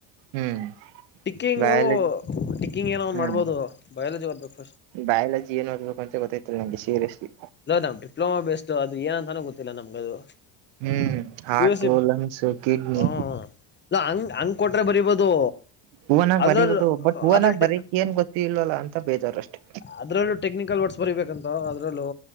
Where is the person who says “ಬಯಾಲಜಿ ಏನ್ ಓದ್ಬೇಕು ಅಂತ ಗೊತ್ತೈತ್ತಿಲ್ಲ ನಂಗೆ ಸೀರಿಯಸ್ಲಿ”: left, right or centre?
Right